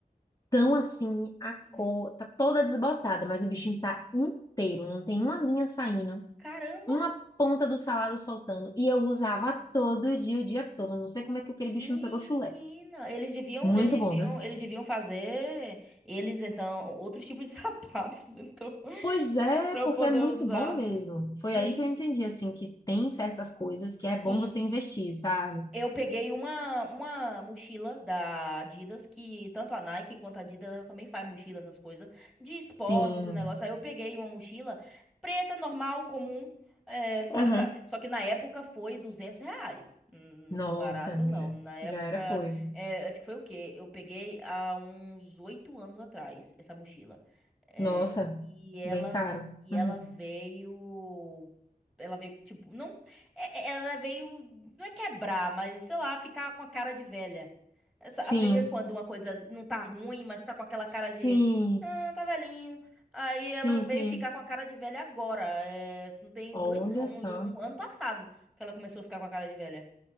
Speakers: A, on the left; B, in the centre.
A: tão assim, a
B: Uhum.
A: cor tá toda desbotada, mas o bichinho tá inteiro, não tem
B: Hum,
A: uma linha saindo,
B: Caramba,
A: uma ponta do salado soltando. E eu usava todo dia, o dia todo. Não sei como é que aquele bicho
B: menina.
A: não pegou chulé.
B: Eles deviam,
A: Muito
B: eles deviam,
A: bom, viu?
B: eles deviam fazer eles então outros tipos de <laughs> sapatos então <laughs>
A: Pois é,
B: para eu
A: porque
B: poder
A: é muito
B: usar.
A: bom mesmo. Foi
B: Gente,
A: aí que eu entendi, assim, que tem certas coisas que é bom
B: sim.
A: você investir, sabe?
B: Eu peguei uma, uma mochila da Adidas, que tanto a Nike quanto a Adidas ela também faz mochila, essas coisas, de esporte,
A: Sim.
B: esse negócio. Aí eu peguei uma mochila preta, normal, comum. é, foi-
A: Aham.
B: <laughs> Só que na época foi 200 reais. Hum,
A: Nossa,
B: Não foi barato, não.
A: já,
B: Na época,
A: já era coisa.
B: é, acho que foi o quê? Eu peguei há uns oito anos atrás essa mochila. É,
A: Nossa,
B: e ela,
A: bem caro.
B: e
A: Uhum.
B: ela veio. Ela veio, tipo, não. É- é, Ela veio, não é quebrar, mas sei lá, ficar com a cara de velha. É, Sabe
A: Sim,
B: quando uma coisa não tá ruim, mas tá com aquela
A: sim,
B: cara de. Ah, tá velhinho. Aí
A: sim,
B: ela veio
A: sim.
B: ficar com a cara de velha agora. É, não tem
A: Olha
B: dois. Um,
A: só,
B: um ano passado que ela começou a ficar com a cara de velha.